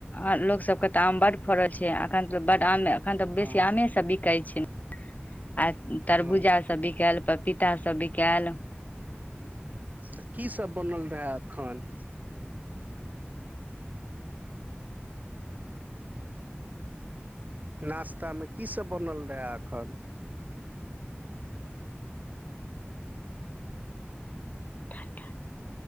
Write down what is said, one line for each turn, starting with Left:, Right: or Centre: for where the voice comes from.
Left: आ लोक सब के तऽ आम बड फड़ल छै, अखन तऽ बड आम एखन तऽ
Right: हँ
Left: बेसी आमे सब बिकाै छै न। आ तरबूजा
Right: हँ
Left: सब बिकल पपीता सभ बिकल
Right: तऽ कीसभ बनल रहए एखन। नाश्ता मे की सभ बनल रहए एखन।
Left: ता ता